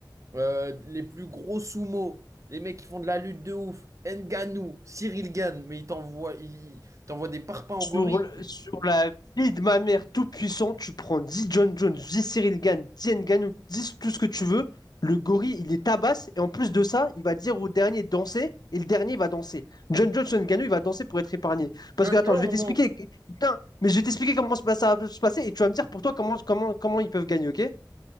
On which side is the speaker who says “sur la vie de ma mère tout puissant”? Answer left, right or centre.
Left